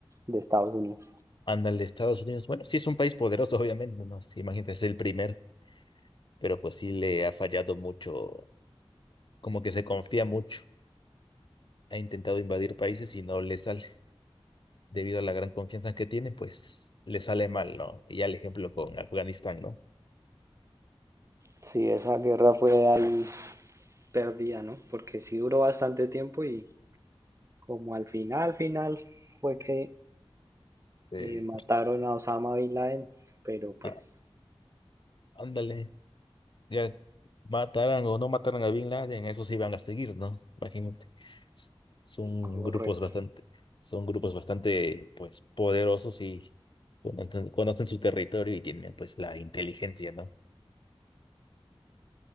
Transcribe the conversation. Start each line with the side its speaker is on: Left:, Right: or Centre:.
Right: de Estados Unidos.
Left: Ándale, Estados Unidos, bueno, sí es un país poderoso, obviamente, ¿no? Sí, imagínate, es el primer, pero pues sí le ha fallado mucho, como que se confía mucho. Ha intentado invadir países y no le sale. Debido a la gran confianza que tiene, pues le sale mal, ¿no? Y ya el ejemplo con Afganistán, ¿no?
Right: Sí, esa guerra fue ahí perdida, ¿no? Porque sí duró bastante tiempo y como al final, final fue que
Left: Sí.
Right: eh, mataron a Osama Bin Laden, pero pues
Left: Ah, ándale. ya mataran o no mataran a Bin Laden, eso sí van a seguir, ¿no? Imagínate. S- Son
Right: correcto,
Left: grupos bastante, son grupos bastante, pues, poderosos y conocen, conocen su territorio y tienen, pues, la inteligencia, ¿no?